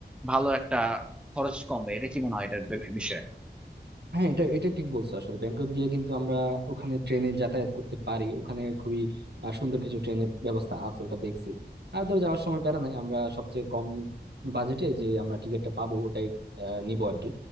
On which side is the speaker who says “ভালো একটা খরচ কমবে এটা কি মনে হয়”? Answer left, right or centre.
Centre